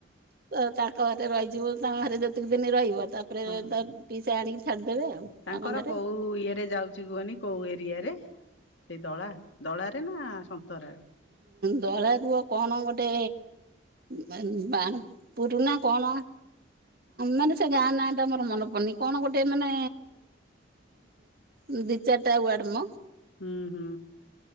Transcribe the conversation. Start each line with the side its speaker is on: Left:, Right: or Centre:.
Right: ତ ତାଙ୍କ ଘରେ ରହିଯିବ। ତାଙ୍କ ବାରେ ଯେତିକି ଦିନି ରହିବ ତାପରେ
Left: ହଁ
Right: ତା ପିଇସା ଆଣିକି ଛାଡିଦେବେ। ଆଉ।
Left: ତାଙ୍କର
Right: ଆମ ଘରେ
Left: କୋଉ ଇଏରେ ଯାଉଚି କୁହନି କୋଉ ଏରିଆରେ ସେଇ ଦଳା। ଦଳାରେ ନା ସନ୍ତରାରେ?
Right: ଦଳା ରୁଅ କଣ ଗୋଟେ ବା ବାଣପୁର ନା କଣ! ମାନେ ସେ ଗାଁ ନାଁ ଟା ମର ମନେ ପଡୁନି, କଣ ଗୋଟେ ମାନେ ଉଁ ଦି ଚାରିଟା ୱାର୍ଡ ମ।
Left: ହୁଁ ହୁଁ